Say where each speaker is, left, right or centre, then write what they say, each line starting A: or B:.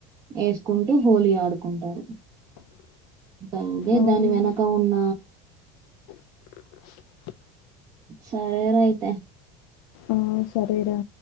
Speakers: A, on the right; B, on the left.
A: ఏసుకుంటూ హోలీ ఆడుకుంటారు ఇ ఇదే
B: అవును
A: దాని వెనక ఉన్న సరే రా అయితే
B: ఆ సరేరా